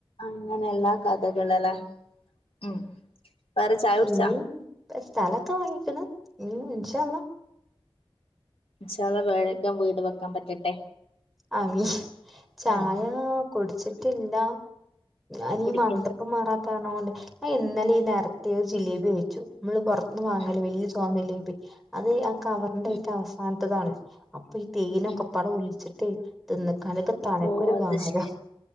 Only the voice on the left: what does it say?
അങ്ങനെ എല്ലാ കഥകളലെ ഉം പറ ചായകുടിച്ചാ
ചില വേഴഗം വീട് വെക്കാൻ പറ്റട്ടെ
ഉം
കുടിക്ക
ഉം
ഉം
ഉം
ഓ അത്
ശരി